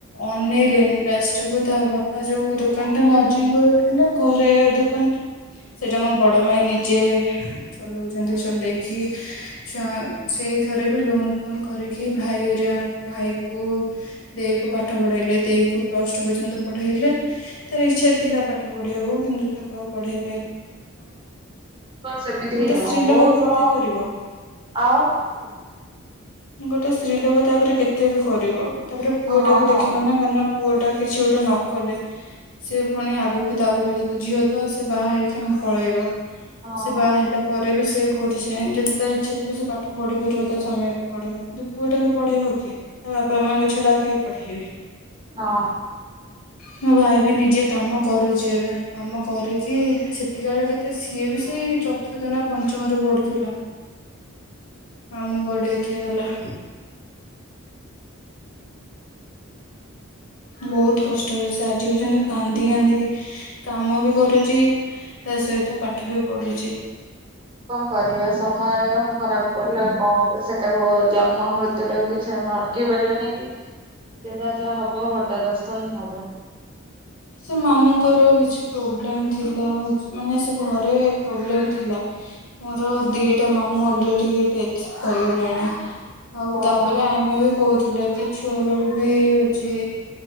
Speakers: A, on the left (about 80°); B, on the right (about 25°).
A: ଅନେଇଲେନି ଲାଷ୍ଟ୍ କୁ ତା ବାପା ଯୋଉ ଦୋକାନ ଟା ମ <unintelligible> ଘରେ ଦୋକାନଟା ସେଇଟା ମୋ ବଡ ମାଇ ନିଜେ ଚଲଉଛନ୍ତି। ଚଲେଇକି ଚ ସେଇଥରେ ବି ଲୋନ ଫୋନ କରିକି ଭାଇ ଏରିଆ କ ଭାଇକୁ ଦେଇକୁ ପାଠ ପଢେଇଲେ। ଦେଇ କୁ ପ୍ଲସ ଟୁ ପର୍ଯ୍ୟନ୍ତ ପଢେଇଲେ। ତାର ଇଚ୍ଛା ଥିଲା ପାଠ ପଢିବାକୁ କିନ୍ତୁ ତାକୁ ଆଉ ପଢେ
B: ସେମିତି
A: ଗୋଟେ
B: ବି
A: ସ୍ତ୍ରୀ
B: ନୁହଁ। ବହୁତ
A: ଲୋକ କେତେ
B: ଜଣ
A: କରିବ
B: ଆଉ
A: ଗୋଟେ ସ୍ତ୍ରୀଲୋକ ତାପରେ କେତେ ବି କରିବ। ତାପରେ ପୁଅ
B: ହଁ
A: ଟାକୁ ଦେଖିବ ନା କାରଣ ପୁଅ ଟା କିଛି ଗୋଟେ ନ କଲେ ସେ ପୁଣି ଆଗକୁ ତା ଭବିଷ୍ୟତ ଝିଅ ତ ସେ ବାହା ହେଇକି ହଁ ପଳେଇବ
B: ହଁ।
A: ସେ ବାହା ହେଲା ପରେ ବି ସେ ପଠେ ଯଦି ତାର ଇଚ୍ଛା ଥିବ ସେ ପା ପାଠ ପଢିପାରିବ
B: ହଁ
A: ତା ସ୍ୱାମୀ ଆଗେ ପଢିବ କିନ୍ତୁ ପୁଅଟାକୁ ପଢେଇବ କିଏ? ତା ବାପା ମାଆଙ୍କ ଛଡା ଆଉ କେହି ପଢେଇବେନି।
B: ହଁ।
A: ହଁ ଭାଇ ବି ନିଜେ କାମ କରୁଚି ଏବେ। କାମ କରିକି ସେତିକ ବେଳେ ଯେତେ ସିଏ ବି ସେ ଚତୁର୍ଥ ନା ପଞ୍ଚମରେ ପଢୁଥିଲା। ମାମୁଁ ଗୋଡେଇ ଥଇଗଲେ। ବହୁତ କଷ୍ଟରେ ସେ ଆଜି ପର୍ଯ୍ୟନ୍ତ କାନ୍ଦି କାନ୍ଦିକି, କାମ ବି କରୁଚି ତା ସହିତ ପାଠ ବି ପଢୁଚି।
B: କଣ କରିବା ସମୟ ଖରାପ ପଡିଲା କଣ ସେଟାକୁ ଜନ୍ମ ମୃତ୍ୟୁଟାକୁ କିଛି ଆମେ ଅଟକି ପାରିବେନି କି ଯେଟା ଯାହା ହବ ହଠାଦସ୍ତ ହିଁ ହବ।
A: ସେ ମାମୁଙ୍କର କିଛି ପ୍ରୋବ୍ଲେମ୍। ଥିଲା ମାନେ ସେ ଘରେ ପ୍ରୋବ୍ଲେମ୍ ଥିଲା। ମୋର ଦିଇଟା ମାମୁଁ ଅଲରେଡ଼ି ଡେଥ୍ କରିଗଲେଣି। ହଉ
B: ଓହୋ
A: ତାପରେ ଆଇମା ବି କହୁ ଥିଲା କି ଛୁଆ ବେଳୁ ବି ହଉଚି